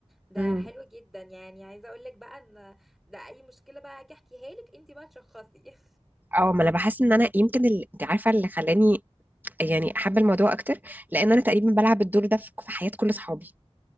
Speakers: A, in the centre; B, on the right.
A: ده
B: كده
A: حلو جدا يعني عايزة اقول لك بقى ان ده اي مشكلة بقى اجي احكيها لك انت بقى تشخصي
B: اه ما انا بحس ان انا يمكن ال- انت عارفه اللي خلاني يعني احب الموضوع اكتر لان انا تقريبا بلعب الدور ده في في حياه كل اصحابي